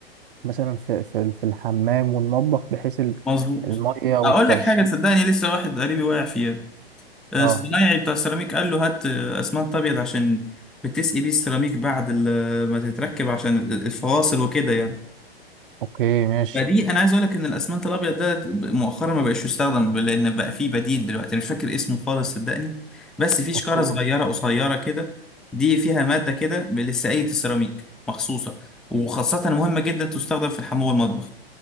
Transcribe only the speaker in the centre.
مظبوط
اقول لك حاجه صدقني لسه واحد قريبي واقع فيها الصنايعي
بتاع السيراميك قال له هات اسمنت ابيض عشان بتسقي بيه السيراميك بعد ال- ما تتركب عشان ال- الفواصل وكده يعني
فدي انا عايز اقول لك ان الاسمنت الابيض ده مؤخرا ما بقاش يستخدم لان بقى فيه بديل دلوقتي انا مش فاكر اسمه خالص صدقني بس فيه شكاره
صغيره قصيره كده دي فيها ماده كده لسقايه السيراميك مخصوصه وخاصه مهمه جدا تستخدم في الحمام والمطبخ